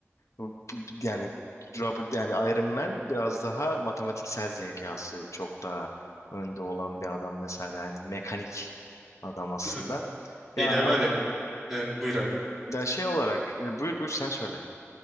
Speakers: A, on the left; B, in the centre.
A: Bu- bu- Yani Robert yani Iron Man biraz daha matematiksel zekası çok daha önde olan bir adam mesela yani mekanik adam aslında.
B: Evet,
A: Ya,
B: Şeyler var ya. Evet, buyur abi.
A: ya şey olarak e, buyur buyur sen söyle.